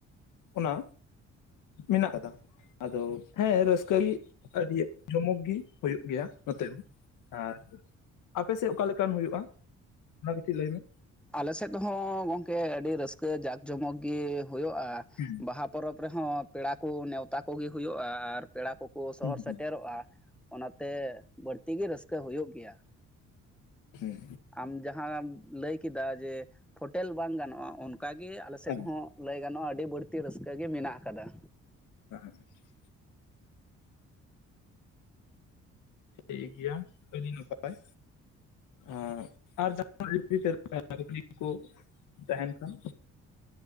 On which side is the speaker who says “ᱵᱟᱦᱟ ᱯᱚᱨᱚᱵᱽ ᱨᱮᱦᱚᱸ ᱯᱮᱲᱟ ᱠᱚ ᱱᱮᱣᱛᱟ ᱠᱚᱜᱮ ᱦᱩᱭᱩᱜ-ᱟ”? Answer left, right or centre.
Centre